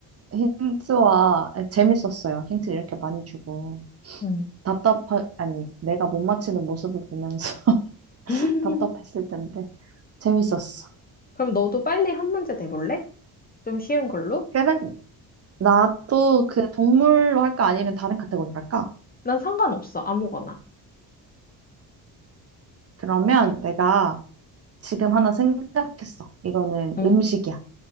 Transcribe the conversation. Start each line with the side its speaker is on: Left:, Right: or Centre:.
Right: 힌트와 아, 재밌었어요. 힌트 이렇게 많이 주고
Left: 음.
Right: 답답하 아니 내가 못 맞히는 모습을 보면서 <laughs>
Left: <laughs>
Right: 답답했을 텐데 재밌었어.
Left: 그럼 너도 빨리 한 문제 내볼래? 좀 쉬운 걸로?
Right: 그래, 나도 그 동물로 할까 아니면 다른 카테고리로 할까?
Left: 난 상관없어, 아무거나.
Right: 그러면 내가 지금 하나 생각했어. 이거는
Left: 응?
Right: 음식이야.